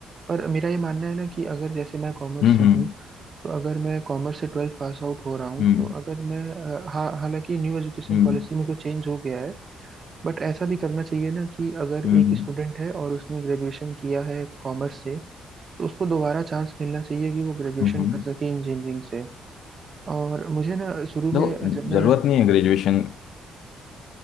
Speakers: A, on the right; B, on the left.
A: पर मेरा ये मानना है ना कि अगर जैसे मैं कॉमर्स
B: हम्म
A: से
B: हम्म
A: हूँ तो अगर मैं कॉमर्स से ट्वेल्थ पास आउट हो रहा हूँ
B: हम्म
A: तो अगर मैं अ, हाँ हालांकि न्यू एजुकेशन
B: हम्म
A: पॉलिसी में तो चेंज हो गया है बट ऐसा भी करना चाहिए ना कि अगर
B: हम्म
A: एक
B: हम्म,
A: स्टूडेंट है और उसने ग्रेजुएशन किया है कॉमर्स से तो उसको दोबारा चांस मिलना चाहिए कि वो ग्रेजुएशन
B: हम्म। हम्म।
A: कर सके इंजीनियरिंग से और मुझे ना शुरू
B: देखो
A: में जब मैं
B: जरूरत नहीं है ग्रेजुएशन